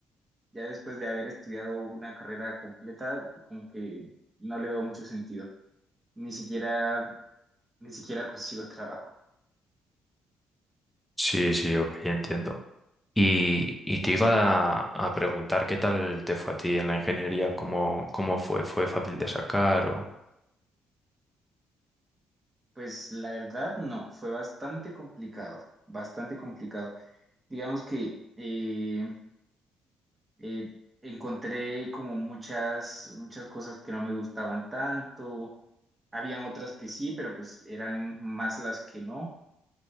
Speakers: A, on the right; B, in the centre.
A: Ya después de haber estudiado una carrera completa, como que no le veo mucho sentido. Ni siquiera, ni siquiera consigo trabajo.
B: Sí, sí, ok, ya entiendo. Y, y te iba a, a preguntar qué tal te fue a ti en la ingeniería, cómo, cómo fue, ¿fue fácil de sacar o...?
A: Pues la verdad no, fue bastante complicado, bastante complicado. Digamos que eh, eh, encontré como muchas, muchas cosas que no me gustaban tanto. Habían otras que sí, pero pues eran más las que no.